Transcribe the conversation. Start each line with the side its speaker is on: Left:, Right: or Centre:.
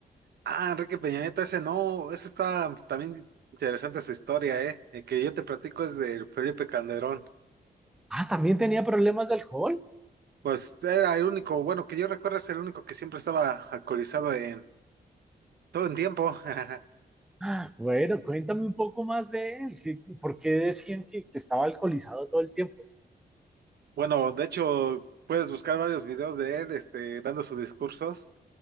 Right: ah, Enrique Peña Nieto, ese no, ese está también interesante esa historia, ¿eh? El que yo te platico es del Felipe Calderón.
Centre: Ah, también tenía problemas de alcohol.
Right: Pues era el único, bueno, que yo recuerdo es el único que siempre estaba alcoholizado en Todo en tiempo. <laughs>
Centre: Ah, Bueno, cuéntame un poco más de él. ¿Qué- ¿Por qué decían que, que estaba alcoholizado todo el tiempo?
Right: Bueno, de hecho, puedes buscar varios videos de él, este, dando sus discursos,